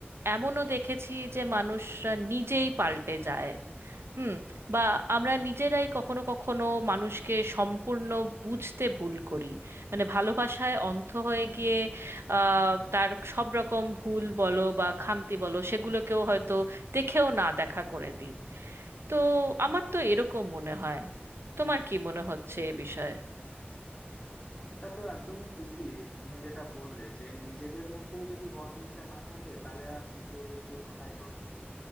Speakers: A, on the right (about 75°); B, on the left (about 25°).
A: এমনও দেখেছি যে মানুষরা নিজেই পাল্টে যায় হুম বা আমরা নিজেরাই কখনো কখনো মানুষকে সম্পূর্ণ বুঝতে ভুল করি মানে ভালোবাসায় অন্ধ হয়ে গিয়ে আহ, তার সব রকম ভুল বলো বা খামতি বলো সেগুলোকেও হয়তো দেখেও না দেখা করে দিই তো আমার তো এরকম মনে হয় তোমার কি মনে হচ্ছে এ বিষয়ে
B: এটা তো একদমই ঠিকই তুমি যেটা বললে যে নিজেদের মধ্যেই যদি বন্ডিংটা না থাকে তাহলে আর তৃতীয় ব্যক্তির কথাই দোষ দেব